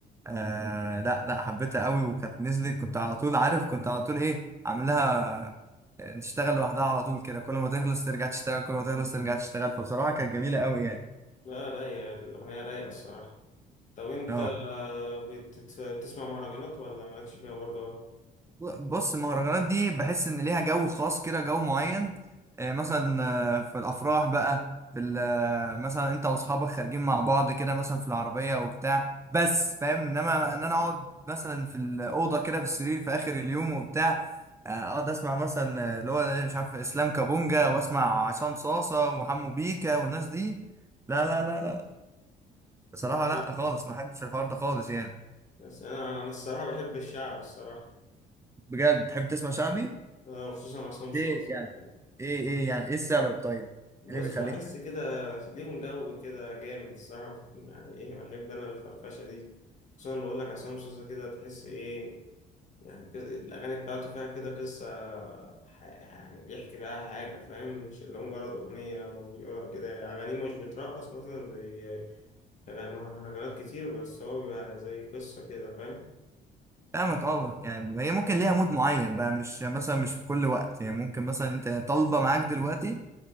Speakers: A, on the right; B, on the left.
A: آه لا لا حبيتها قوي وكانت نزلت كنت على طول عارف كنت على طول ايه عاملها آه، تشتغل لوحدها على طول كده كل ما تخلص ترجع تشتغل كل ما تخلص ترجع تشتغل فبصراحة كانت جميلة قوي يعني
B: لا رايقة الأغنية رايقة الصراحة طب انت
A: اه
B: آه، بتت- بتسمع مهرجانات ولا مالكش فيها برضه أوي؟
A: بص المهرجانات دي بحس ان ليها جو خاص كده جو معين آه، مثلا آه، في الافراح بقى في ال- آه، مثلا انت واصحابك خارجين مع بعض كده مثلا في العربيه وبتاع بس فاهم انما ان انا اقعد مثلا في الاوضه كده في السرير في اخر اليوم وبتاع آه، اقعد اسمع مثلا آه، اللي هو مش عارف اسلام كابونجا واسمع عصام صاصه وحمو بيكا والناس دي لا لا لا لا بصراحه
B: بس
A: لا خالص ما بحبش الحوار ده خالص يعني
B: بس انا انا الصراحه بحب الشعب الصراحه
A: بجد تحب تسمع شعبي؟
B: أنا وخصوصا عصام صاصا
A: ليه يعني ايه ايه يعني ايه السبب طيب
B: بص
A: إيه اللي بيخليك
B: بحس
A: تس-
B: كده ليهم جو كده جامد الصراحه يعني ايه بحب انا الفرفشه دي خصوصا بقول لك عصام صاصا كده تحس ايه يعني كده الاغاني بتاعته فيها كده قصه ح- يعني بيحكي بقى حاجه فاهم مش اللي هو مجرد اغنيه او بيقول كده اغانيه مش بترقص مثلا زي أغاني- مهرجانات كتير بس هو بيبقى زي قصه كده فاهم
A: فاهمك اه يعني هي ممكن ليها مود معين بقى مش مثلا مش في كل وقت يعني ممكن مثلا انت طالبه معاك دلوقتي